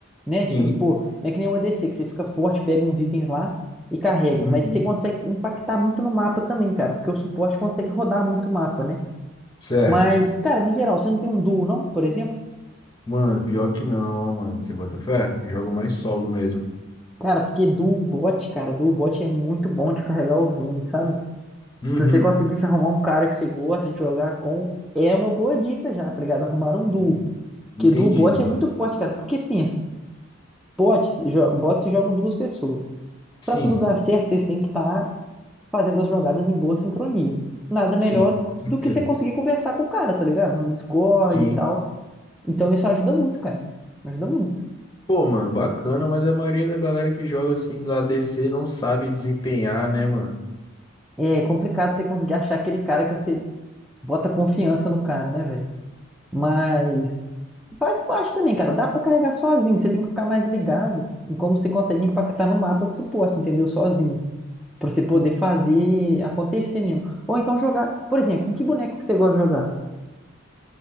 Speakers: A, in the centre; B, on the left (about 20°).
A: né? Tipo
B: sim.
A: assim, pô, não é que nem o ADC, que você fica forte, pega uns itens lá e carrega.
B: Uhum.
A: Mas você consegue impactar muito no mapa também, cara, porque o suporte consegue rodar muito o mapa, né?
B: Certo.
A: Mas, cara, no geral, você não tem um duo, não, por exemplo?
B: Mano, pior que não, ó, mano. Você bota fé? Jogo mais solo mesmo.
A: Cara, porque duo bot, cara, duo bot é muito bom de carregar os games, sabe?
B: Uhum.
A: Se você conseguisse arrumar um cara que você gosta de jogar com, é uma boa dica já, tá ligado? Arrumar um duo.
B: en- Entendi,
A: Porque duo bot
B: mano.
A: é muito forte, cara. Porque pensa, bot, se jo- bot se jogam duas pessoas.
B: Sim,
A: Pra tudo dar certo, vocês têm que estar fazendo as jogadas em boa sincronia. Nada melhor
B: sim, com certeza.
A: do que você conseguir conversar com o cara, tá ligado? No Discord
B: Sim.
A: e tal. Então isso ajuda muito, cara. Ajuda muito.
B: Pô, mano, bacana, mas a maioria da galera que joga assim no ADC não sabe desempenhar, né, mano?
A: É complicado você conseguir achar aquele cara que você bota confiança no cara, né, velho? Mas faz parte também, cara. Dá pra carregar sozinho. Você tem que ficar mais ligado em como você consegue impactar no mapa de suporte, entendeu? Sozinho. Pra você poder fazer acontecer mesmo. Ou então jogar. Por exemplo, com que boneco que você gosta de jogar?